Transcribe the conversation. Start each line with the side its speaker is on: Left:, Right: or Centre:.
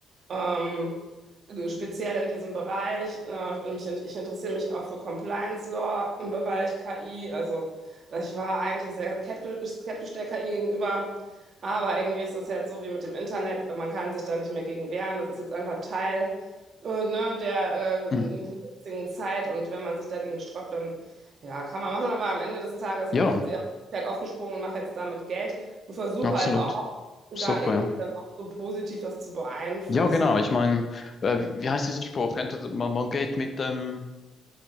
Right: ähm, speziell in diesem Bereich. Äh, und mich, in- ich interessiere mich auch für Compliance Law im Bereich KI. Also da- ich war eigentlich sehr skeptisch, skeptisch der KI gegenüber. Aber irgendwie ist das jetzt so wie mit dem Internet, man kann sich da nicht mehr gegen wehren. Das ist jetzt einfach Teil, äh, ne, der
Left: Mhm.
Right: äh, jetzigen Zeit. Und wenn man sich dagegen sträubt, dann ja, kann man machen. Aber am Ende des Tages
Left: Ja,
Right: bin ich jetzt eher halt aufgesprungen und mache jetzt damit Geld und versuche
Left: absolut.
Right: halt auch und
Left: Super,
Right: da irgendwie
Left: ja.
Right: dann auch so positiv das zu beeinflussen.
Left: Ja, genau.
Right: <laughs>
Left: Ich meine, äh, wie heißt dieser Spruch? Entweder man, man geht mit dem,